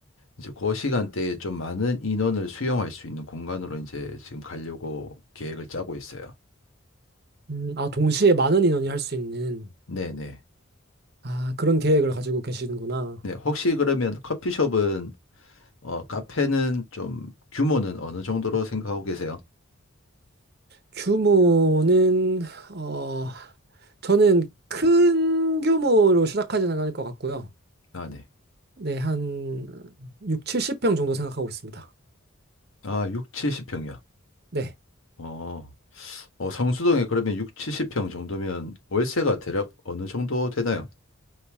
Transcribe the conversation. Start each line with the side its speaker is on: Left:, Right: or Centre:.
Left: 이제 그 시간대에 좀 많은 인원을 수용할 수 있는 공간으로 이제 지금 가려고 계획을 짜고 있어요.
Right: 음, 아, 동시에 많은 인원이 할 수 있는,
Left: 네네.
Right: 아, 그런 계획을 가지고 계시는구나.
Left: 네, 혹시 그러면 커피숍은, 어, 카페는 좀 규모는 어느 정도로 생각하고 계세요?
Right: 규모는 어 저는 큰 규모로 시작하지는 않을 것 같고요.
Left: 아, 네.
Right: 네, 한 6, 70평 정도 생각하고 있습니다.
Left: 아, 6, 70평이요.
Right: 네.
Left: 어, 어, 성수동에 그러면 6, 70평 정도면 월세가 대략 어느 정도 되나요?